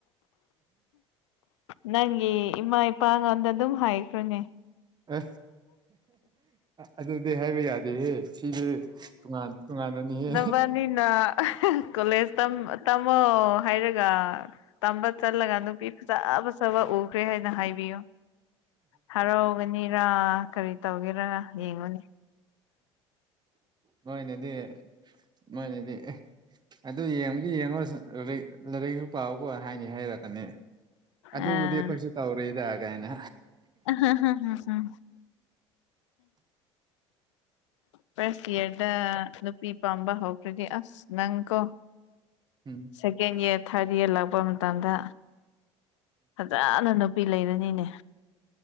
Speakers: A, on the left; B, on the right.
A: ꯅꯪꯒꯤ ꯏꯃꯥ ꯏꯄꯥꯉꯣꯟꯗ ꯑꯗꯨꯝ ꯍꯥꯏꯈ꯭ꯔꯣꯅꯦ
B: ꯑ ꯑꯗꯨꯗꯤ ꯍꯥꯏꯕ ꯌꯥꯗꯦꯍꯦ ꯁꯤꯗꯤ ꯇꯣꯉꯥꯟ ꯇꯣꯉꯥꯟꯕꯅꯤꯍꯦ
A: ꯅꯕꯅꯤꯅ ꯀꯣꯂꯦꯖ ꯇꯝ ꯇꯝꯃꯣ ꯍꯥꯏꯔꯒ ꯇꯝꯕ ꯆꯠꯂꯒ ꯅꯨꯄꯤ ꯐꯖ ꯐꯖꯕ ꯎꯈ꯭ꯔꯦ ꯍꯥꯏꯅ ꯍꯥꯏꯕꯤꯌꯨ ꯍꯔꯥꯎꯕꯅꯤꯔꯥ ꯀꯔꯤ ꯇꯧꯒꯦꯔ ꯌꯦꯡꯉꯣꯅꯦ
B: ꯃꯣꯏꯅꯗꯤ ꯃꯣꯏꯅꯗꯤ ꯑꯦ ꯑꯗꯨ ꯌꯦꯡꯗꯤ ꯌꯦꯡꯉꯨꯔꯁꯨ ꯂꯥꯏ ꯂꯥꯏꯔꯤꯛꯁꯨ ꯄꯥꯎꯀꯣ ꯍꯥꯏꯅꯤ ꯍꯥꯏꯔꯛꯀꯅꯤ ꯑꯗꯨꯕꯨꯗꯤ
A: ꯑꯥ
B: ꯑꯩꯈꯣꯏꯁꯨ ꯇꯧꯔꯤꯗ ꯀꯥꯏꯅ
A: ꯎꯝꯝꯝꯝ ꯐꯥꯔꯁꯠ ꯌꯥꯔꯗ ꯅꯨꯄꯤ ꯄꯥꯝꯕ ꯍꯧꯈ꯭ꯔꯗꯤ ꯑꯁ ꯅꯪ ꯀꯣ
B: ꯎꯝ
A: ꯁꯦꯀꯦꯟ ꯏꯌꯥꯔ ꯊꯥꯔꯠ ꯏꯌꯥꯔ ꯂꯥꯛꯄ ꯃꯇꯝꯗ ꯐꯖꯅ ꯅꯨ ꯄꯤ ꯂꯩꯔꯅꯤꯅꯦ